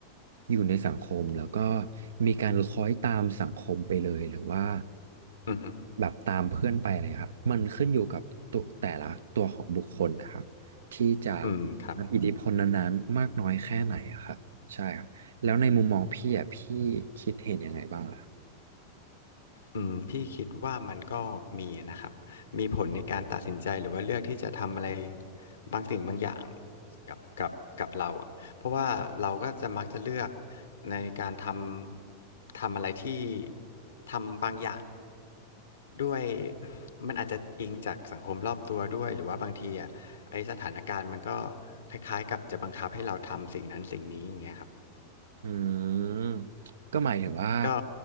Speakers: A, on the right; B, on the left.
A: อยู่ในสังคมแล้วก็มีการคล้อยตามสังคมไปเลยหรือว่า
B: อือฮึ
A: แบบตามเพื่อนไปอะไรครับมันขึ้นอยู่กับตัวแต่ละตัวของบุคคลนะครับที่จะ
B: อืมครับ
A: รับอิทธิพลนั้นๆมากน้อยแค่ไหนอะครับใช่ครับแล้วในมุมมองพี่อ่ะพี่คิดเห็นยังไงบ้างล่ะ
B: อืมพี่คิดว่ามันก็มีนะครับ มีผลในการตัดสินใจหรือว่าเลือกที่จะทำอะไรบางสิ่งบางอย่างกับกับกับเราอะเพราะว่าเราก็จะมักจะเลือกในการทำทำอะไรที่ทำบางอย่างด้วยมันอาจจะอิงจากสังคมรอบตัวด้วยหรือว่าบางทีอ่ะไอสถานการณ์มันก็คล้ายๆกับจะบังคับให้เราทำสิ่งนั้นสิ่งนี้อย่างเงี้ยครับ
A: อืมก็หมายถึงว่า
B: ก็